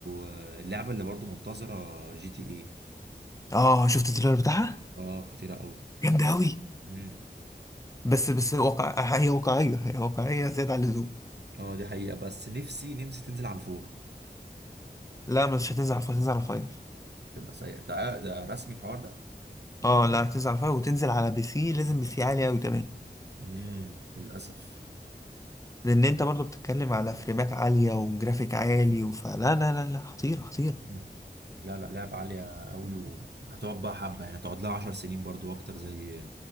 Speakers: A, on the right; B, on the left.
A: آه، اللعبة اللي برضو منتظرة جي تي ايه
B: اه شفت التريلر بتاعها
A: اه خطيرة قوي
B: جامده قوي
A: امم
B: بس بس واقع هي واقعيه هي واقعيه زياده عن اللزوم
A: اه دي حقيقة بس نفسي نفسي تنزل على الفور
B: لا مش هتنزل على فايف هتنزل على فايف
A: تبقى سيئة ده ع- ده رسمي الحوار ده
B: اه لا هتنزل على فايف وتنزل على بي سي لازم بي سي عالي قوي كمان
A: امم للأسف
B: لان انت برضو بتتكلم على فريمات عاليه وجرافيك عالي وفلا لا لا لا لا، خطيره خطيره
A: أمم. لا لا لعبة عالية قوي و... هتقعد بقى حبة يعني هتقعد لها 10 سنين برضو اكتر زي